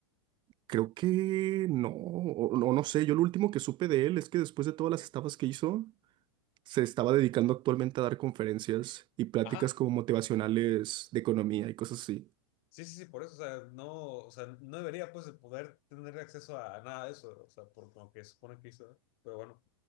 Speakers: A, on the right; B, on the left.
A: creo que no, o, no, no sé. Yo lo último que supe de él es que después de todas las estafas que hizo, se estaba dedicando actualmente a dar conferencias y pláticas
B: Ajá.
A: como motivacionales de economía y cosas así.
B: Sí, sí, sí, por eso, o sea, no, o sea, no debería, pues, de poder tener acceso a nada de eso, o sea, por lo que supone que hizo, pero bueno.